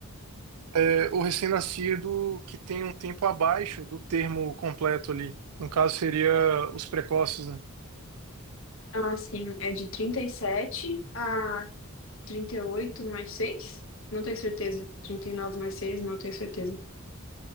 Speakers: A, on the right; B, on the left.
A: É, o recém-nascido que tem um tempo abaixo do termo completo ali. No caso, seria os precoces, né?
B: Ah, sim, é de 37 a 38 mais seis Não tenho certeza. trinta e nove mais seis não tenho certeza.